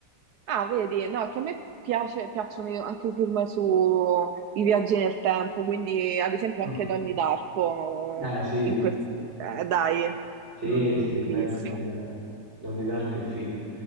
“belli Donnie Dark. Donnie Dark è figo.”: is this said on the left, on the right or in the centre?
Right